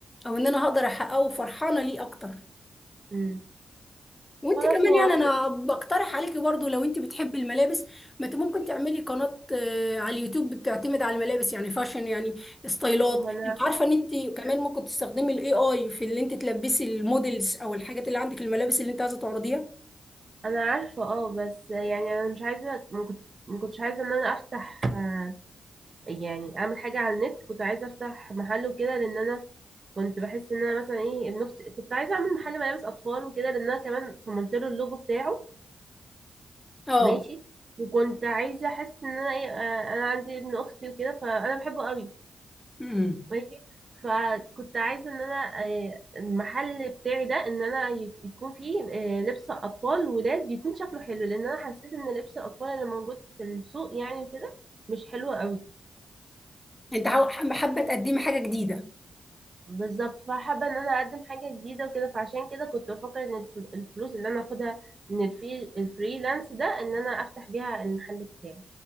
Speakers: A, on the left; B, on the right.
A: او ان انا هقدر احققه وفرحانه ليه اكتر
B: مم.
A: وانت
B: خلاص
A: كمان
B: هو
A: يعني
B: كده
A: انا بقترح عليكي برضو لو انت بتحبي الملابس ما انت ممكن تعملي قناة آه، على اليوتيوب بتعتمد على الملابس يعني فاشن يعني ستايلات
B: ما انا
A: انت عارفة ان انت كمان ممكن تستخدمي الاي اي في اللي انت تلبسي المودلز او الحاجات اللي عندك الملابس اللي انت عايزة تعرضيها
B: انا عارفة اه بس يعني انا مش عايزة ما كنت- ما كنتش عايزة ان انا افتح آه، يعني اعمل حاجة على النت كنت عايزة افتح محل وكده لان انا كنت بحس ان انا مثلا ايه ابن اختي كنت عايزه اعمل محل ملابس اطفال وكده لان انا كمان صممت له اللوجو بتاعه
A: اه
B: ماشي وكنت عايزه احس ان انا ايه آه، انا عندي ابن اختي وكده فانا بحبه قوي
A: امم
B: ماشي فكنت عايزه ان انا آه، المحل بتاعي ده ان انا ي- يكون فيه آه، لبس اطفال ولاد يكون شكله حلو لان انا حسيت ان لبس الاطفال اللي موجود في السوق يعني وكده مش حلو قوي
A: انت حاو- حابة حابة تقدمي حاجة جديدة
B: بالظبط فحابة ان انا اقدم حاجة جديدة وكده فعشان كده كنت بفكر ان الف- الفلوس اللي انا اخدها من الفري الفريلانس ده ان انا افتح بيها المحل بتاعي